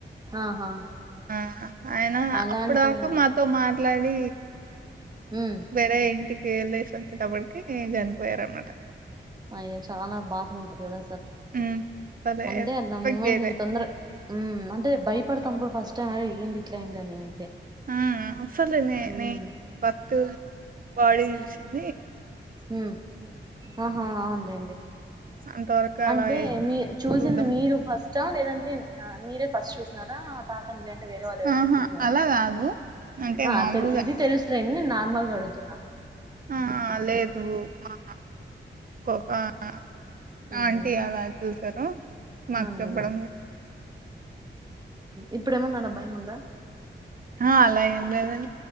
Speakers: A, on the right; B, on the right.
A: ఆహా
B: ఆ ఆయన
A: అలాంటివి
B: అప్పుడుదాక మాతో మా. మాట్లాడి
A: ఉమ్
B: వెరైటీ. వెళ్ళేసి వచ్చేటప్పటికి చనిపోయారన్నమాట.
A: అయ్యో చాలా బాధగా ఉంటది కదా!
B: ఉమ్ సరే
A: అంటే
B: ఎక్స్పెక్ట్
A: ఆ దా మూమెంట్
B: చేయలే
A: తొందర హ్మ్ అంటే భయపడుతుంది. తను కూడా ఫస్ట్ టైం అలా ఏంటి ఇట్లా అయిందని అంతే.
B: హ సర న
A: హ్మ్
B: న పత్ బాడిీసిిన <unintelligible>
A: మ్! ఆహా! అవునులేండి.
B: అంతవరకు అలా
A: అంటే మీ చూసింది
B: చూడ్డం
A: మీరు ఫస్ట్. లేదంటే మీరే ఫస్ట్ చూసినారా? తాతను. వేరే వాళ్ళు ఎవరైన
B: ఆహా
A: చూసారా
B: అలా కాదు అంటే
A: ఆ
B: మామూలుగా
A: ఇది తెలుసు రండి నేను నార్మల్గా అడుగుతున్నాను.
B: ఆ లేదు మ్మా ఒక <inaudible>
A: ఊహూ
B: ఆంటీ అలా చూసారు మాకు
A: అవునులేండి
B: చెప్పడం.
A: ఇప్పుడేమన్నా భయము ఉందా?
B: ఆ అలా ఏం లేదు